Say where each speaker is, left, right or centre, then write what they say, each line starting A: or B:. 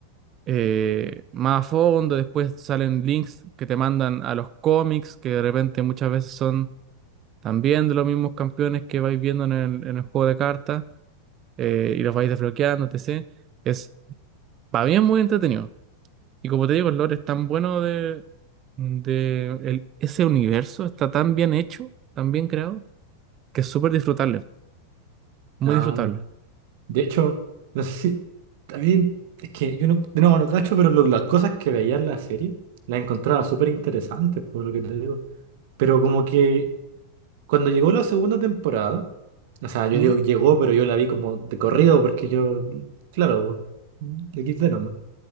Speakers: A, on the right; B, on the right.
A: eh, más a fondo, después salen links que te mandan a los cómics, que de repente muchas veces son también de los mismos campeones que vais viendo en el, en el juego de cartas, eh, y los vais desbloqueando, etc. Es, para mí es muy entretenido. Y como te digo, el lore es tan bueno de, de el- ese universo, está tan bien hecho, tan bien creado, que es súper disfrutable, muy
B: ah
A: disfrutable.
B: De hecho, no sé si. También es que yo no, de no cacho, pero lo- las cosas que veía en la serie las encontraba súper interesantes, por lo que te digo. Pero como que cuando llegó la segunda temporada, o sea, yo
A: ¿Mm?
B: digo llegó, pero yo la vi como de corrido, porque yo, claro, de XD nomás.